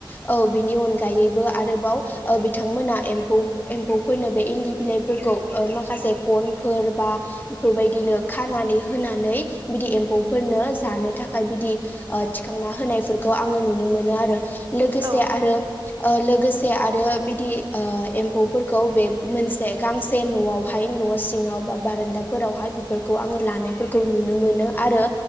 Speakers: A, on the left; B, on the right.
A: औ बिनि अनगायैबो आरोबाव ओ बिथांमोना एम्फौ एम्फौफोरनो बे इन्दि बिलाइफोरखौ ओ माखासे गनफोर बा बेफोरबायदिनो खानानै होनानै बिदि एम्फौफोरनो जानो थाखाय बिदि ओ थिखांना होनायफोरखौ आंङो नुनो मोनो आरो लोगोसे
B: औ नंगौ
A: आरो
B: नोंथां
A: ओ लोगोसे आरो आरो बिदि आ एम्फौफोरखौ बे मोनसे गांसे न'आवहाय न' सिङाव बा बारान्दा फोरावहाय बेफोरखौ आङो लानायफोरखौ नुनो मोनो आरो